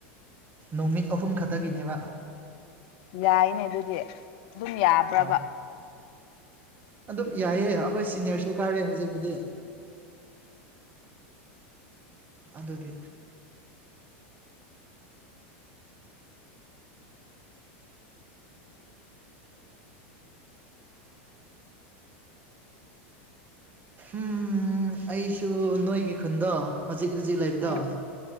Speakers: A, on the right; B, on the left.
A: ꯅꯨꯃꯤꯠ ꯑꯍꯨꯝ ꯈꯛꯇꯒꯤꯅꯦꯕ
B: ꯌꯥꯏꯅꯦ ꯑꯗꯨꯗꯤ ꯑꯗꯨꯝ ꯌꯥꯕ꯭ꯔꯕ
A: ꯍꯣꯏ ꯑꯗꯨꯝ ꯌꯥꯏꯑꯦ ꯑꯩꯈꯣꯏ ꯁꯤꯅꯤꯌꯔꯁꯨ ꯀꯥꯔꯦ ꯍꯧꯖꯤꯛꯄꯨꯗꯤ ꯑꯗꯨꯒꯤ ꯎꯝ ꯑꯩꯁꯨ ꯅꯣꯏꯒꯤ ꯈꯨꯟꯗꯣ ꯍꯧꯖꯤꯛ ꯍꯧꯖꯤꯛ ꯂꯩꯕꯗꯣ
B: ꯎꯝ